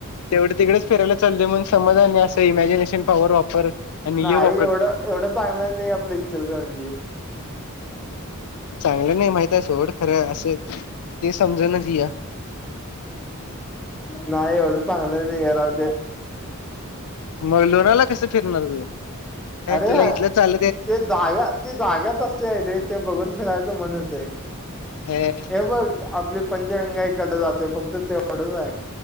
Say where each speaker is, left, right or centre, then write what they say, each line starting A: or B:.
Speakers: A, on the left; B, in the centre.
A: तेवढं तिकडेच फिरायला चालोय म्हण समज आणि असं इमॅजिनेशन पॉवर वापर आणि
B: नाही
A: हे वा
B: एवढं एवढं चांगलं नाही आपलं इचलकरंजी.
A: चांगलं नाही माहित आहे सोड खरं असं ते समजूनच ये.
B: नाही एवढं चांगलं नाही हे राहु दे.
A: मग लोणावला कस फिरणार मी
B: अरे
A: तुला इथ चाल
B: ते जागा ती जागाच तसली आहे रे ते बघून फिरायचं मन होतंय.
A: हे
B: हे बघ आपली पंचगंगाईकडे जाते फक्त ते तेवढच आहे